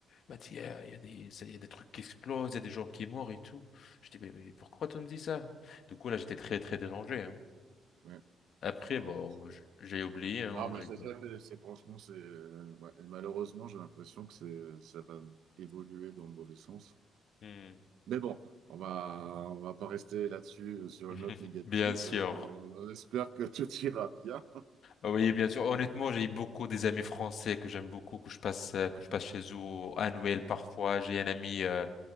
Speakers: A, on the left; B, on the right.
A: Il m'a dit, il y a, il y a des, ça- il y a des trucs qui explosent, il y a des gens qui sont morts et tout. Je dis, mais, mais pourquoi tu me dis ça? Du coup, là, j'étais très, très dérangé, hein.
B: ouais.
A: Après,
B: Waouh.
A: bon, j- j'ai oublié, hein,
B: Non, mais
A: j'ai
B: c'est
A: pas.
B: ça, c'est c'est- franchement, c'est. euh, ouais. Et malheureusement, j'ai l'impression que c'est, ça va évoluer dans le mauvais sens.
A: Hmm.
B: Mais bon, on va, on va pas rester là-dessus euh, sur
A: <laughs>
B: une note négative.
A: Bien sûr.
B: Euh, on espère que <laughs> tout ira bien.
A: Oui, bien sûr. Honnêtement, j'ai beaucoup des amis français que j'aime beaucoup, que je passe, euh, que je passe chez eux à Noël parfois. J'ai un ami, euh,